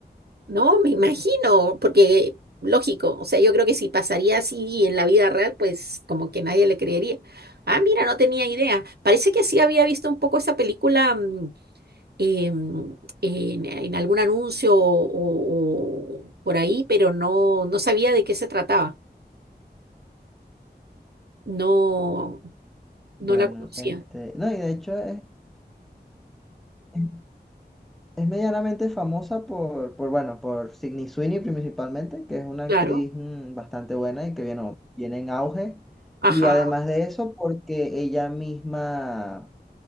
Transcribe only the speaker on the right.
No, me imagino, porque lógico, o sea, yo creo que si pasaría así en la vida real, pues como que nadie le creería. Ah, mira, no tenía idea. Parece que sí había visto un poco esa película mm, eh, mm, en, en algún anuncio o, o por ahí, pero no, no sabía de qué se trataba. No, no
la conocía.
Claro.
Ajá.